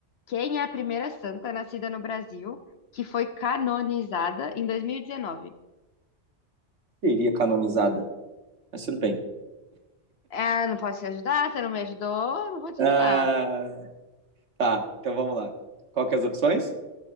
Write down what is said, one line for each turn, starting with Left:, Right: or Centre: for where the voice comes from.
Left: Quem é a primeira santa nascida no Brasil que foi canonizada em 2019?
Right: Seria canonizada. mas tudo bem.
Left: Ah, não posso te ajudar, você não me ajudou, não vou te
Right: Ah,
Left: ajudar.
Right: tá, então vamos lá. Qual que é as opções?